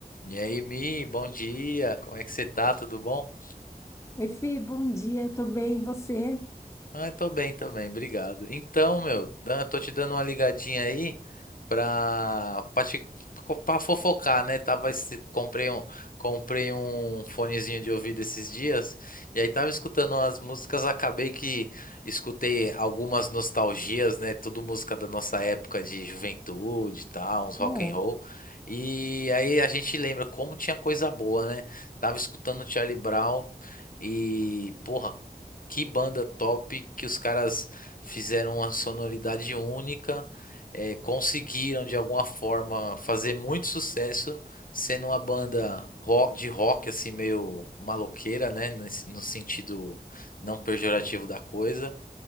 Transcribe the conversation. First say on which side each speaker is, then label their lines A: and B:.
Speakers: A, on the left; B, on the left.
A: E aí, Mi, bom dia. Como é que você tá? Tudo bom?
B: Oi, Fê, bom dia, tô bem, e você?
A: Ah, eu tô bem também, obrigado. Então, meu, dan- tô te dando uma ligadinha aí pra, pra, te- pra fofocar, né? Tava, esse- comprei um, comprei um fonezinho de ouvido esses dias e aí tava escutando umas músicas, acabei que escutei algumas nostalgias, né? Tudo música da nossa época de juventude e tal, uns rock
B: É, <laughs>
A: and roll. E aí a gente lembra como tinha coisa boa, né? Tava escutando Charlie Brown. E, porra, que banda top que os caras fizeram uma sonoridade única, eh, conseguiram de alguma forma fazer muito sucesso, sendo uma banda ro- de rock assim meio maloqueira, né, nesse- no sentido não pejorativo da coisa,